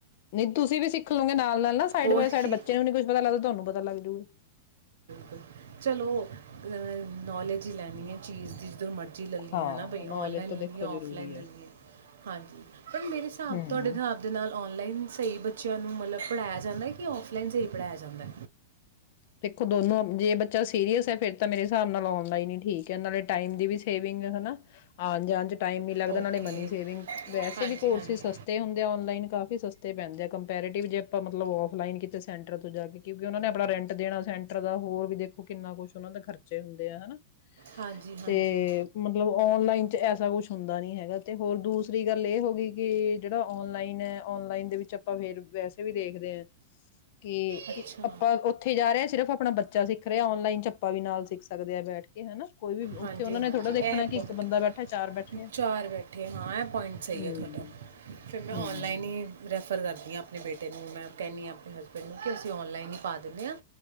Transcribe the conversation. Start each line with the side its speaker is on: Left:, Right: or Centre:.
Left: ਨਹੀਂ ਤੁਸੀਂ ਵੀ ਸਿੱਖ ਲਓਗੇ ਨਾਲ ਨਾਲ ਨਾ ਸਾਈਡ
Right: ਹੋਰ
Left: ਬਾਏ ਸਾਈਡ
Right: ਕੀ
Left: ਬੱਚੇ ਨੂੰ ਵੀ ਨ ਕੁਛ ਪਤਾ ਲੱਗਦਾ ਤੁਹਾਨੂੰ ਪਤਾ ਲੱਗ ਜਾੂਗਾ
Right: ਕੁ ਚਲੋ <unintelligible> ਜ ਮਰਜ਼ ਲੈਏ ਲਾਈ ਲੈਲਾਈ
Left: ਹਾਂ ਨੌਲੇਜ ਤਾਂ ਦੇਖੋ ਜ਼ਰੂਰੀ
Right: ਲੈ
Left: ਐ।
Right: ਹਾਂਜੀ ਪਰ ਮੇਰੇ ਹਿਸਾਬ
Left: ਹੂੰ
Right: ਤੁਹਾਡੇ ਹਿਸਾਬ ਦੇ ਨਾਲ ਸ ਬੱਚਿਆਂ ਨੂੰ ਮਤਲਬ ਪੜ੍ਹਾਇਆ ਜਾਂਦਾ ਕਿ ਔਫਲਾਈਨ 'ਚ ਹੀ ਪੜ੍ਹਾਇਆ ਜਾਂਦਾ
Left: ਦੇਖੋ ਦੋਨੋ ਜੇ ਬੱਚਾ ਸੀਰੀਅਸ ਫੇਿਰ ਤਾਂ ਮੇਰੇ ਹਿਸਾਬ ਨਾਲ ਨ ਲਈਨ ਹੀ ਠੀਕ ਹੈ ਨਾਲੇਮ ਦੀ ਸੇਵਿੰਗ ਆ ਜਾਣ ਮ ਨ ਲੱਗਦਾ
Right: ਓਕੇ
Left: ਮਨੀ ਸੇਵਿੰਗ ਵੈਸੇ
Right: ਹਾਂਜੀ
Left: ਵੀ ਕੋਰਸ
Right: ਹਾਂਜੀ
Left: ਸਸ ਹੁੰਦੇ ਆ ਕਾਫੀ ਸਸਤੇ ਪੈਂਦੇ ਆਿ ਜੇਾਂ ਮਤਲਬ ਅਲਾਈਨ ਕੀਤੇ ਸੈਂਟਰ ਤੋਂ ਜਾ ਕੇ ਕਿਉਂਕਿ ਉਹਨਾਂ ਨੇ ਆਪਣਾ ਰੈਂਟ ਦੇਣਾ ਸੈਂਟਰ ਦਾ ਹੋਰ ਵੀ ਦੇਖੋ ਕਿੰਨਾ ਕੁਛ ਉਹਨਾਂ ਦੇ ਖਰਚੇ ਹੁੰਦੇ ਆ ਹਨਾ
Right: ਹਾਂਜੀ
Left: ਤੇ
Right: ਹਾਂਜੀ
Left: ਮਤਲਬ ਔਨਲਾਈਨ ਐਸਾ ਕੁਛ ਹੁੰਦਾ ਨੀ ਹੈਗਾ ਤੇ ਹੋਰ ਦੂਸਰੀ ਗੱਲ ਇਹ ਹੋ ਗਈ ਕਿ ਜਿਹੜਾ ਔਨਲਾਈਨ ਹੈ ਔਨਲਾਈਨ ਦੇ ਵਿੱਚ ਆਪਾਂ ਫੇਰ ਵੈਸੇ ਵੀ ਦੇਖਦੇ ਹ ਕੇ
Right: ਅੱਛਾ
Left: ਆਪਾਂ ਉੱਥੇ ਜਾ ਰਿਹਾ ਸਿਰਫ ਆਪਣਾ ਬੱਚਾ ਸਿੱਖ ਰਿਹਾ ਔਨਲਾਈਨ ਚੱ ਆਪਾਂ ਵੀ ਨਾਲ ਸਿੱਖ ਸਕਦੇ ਆ ਬੈਠ ਕੇ ਹਨਾ ਕੋਈ ਵੀ
Right: ਹਾਂਜੀ-ਹਾਂਜੀ
Left: ਉੱਥੇ ਉਹਨਾਂ ਨੇ ਥੋੜਾ ਦੇਖਣਾ
Right: ਇਹ
Left: ਕਿ
Right: ਪੁਆਇੰਟ
Left: ਇੱਕ ਬੰਦਾ ਬੈਠਾ ਚਾਰ ਬੈਠੇ ਆ
Right: ਚਾਰ ਬੈਠੇ ਹਾਂ ਇਹ ਪੁਆਇੰਟ ਸਹੀ
Left: ਹਮ
Right: ਹੈ ਤੁਹਾਡਾ ਫਿਰ ਮੈਂ
Left: ਹਮ
Right: ਔਨਲਾਈਨ ਹੀ ਰੈਫਰ ਕਰਦੀ ਹਾਂ ਆਪਣੇ ਬੇਟੇ ਨੂੰ ਮੈਂ ਕਹਿੰਦੀ ਹਾਂ ਆਪਣੇ ਹਸਬੈਂਡ ਨੂੰ ਕਿ ਅਸੀਂ ਔਨਲਾਈਨ ਹੀ ਪਾ ਦਿੰਦੇ ਹਾਂ